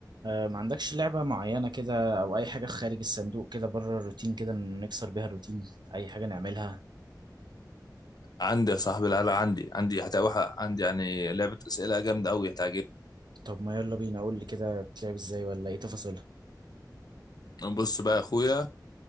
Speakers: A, on the right (about 75°); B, on the left (about 60°).
A: آه، ما عندكش لعبة معينة كده أو أي حاجة خارج الصندوق كده بره الروتين كده نكسر بيها الروتين أي حاجة نعملها
B: عندي يا صاحبي العلا عندي عندي هتبقى عندي يعني لعبة أسئلة جامدة أوي هتعجبك
A: طب ما يلا بينا قول لي كده بتلعب إزاي ولا إيه تفاصيلها
B: بص بقى يا أخويا